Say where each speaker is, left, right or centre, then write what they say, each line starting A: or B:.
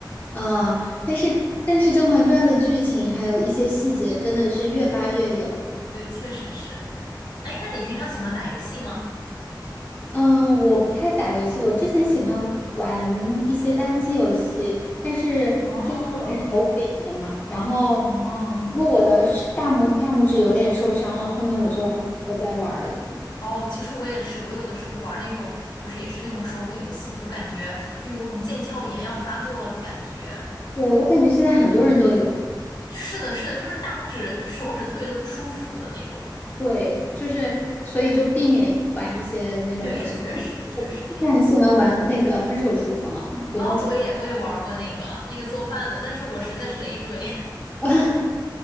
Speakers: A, on the left; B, on the left.
A: 啊、但是但是《甄嬛传》的剧情还有一些细节真的是越扒越有。
B: <laughs> 对，确实是。哎，那你平常喜欢打游戏吗？
A: 嗯，我不太打游戏，我之前喜欢玩一些单机游戏，但是就是玩手柄的嘛。
B: 哦，
A: 然后，
B: 哦，
A: 因为我的是大拇大拇指有点受伤了，后面我就不再玩儿了。
B: 哦。哦，其实我也是，我有的时候玩儿那种，就是也是那种手柄游戏，我就感觉就有种腱鞘炎要发作了的感觉。
A: 对，我感觉现在很多人都有，
B: 是的，是的，就是大拇指、手指特别的不舒服的那种。
A: 对，就是所以就避免玩一些那种游戏。
B: 确实，确实，确实。
A: 之前很喜欢玩那个《分手厨房》《胡闹厨
B: 哦，我也我也玩儿过那个那个做饭的，但是我实在是累赘，
A: 房》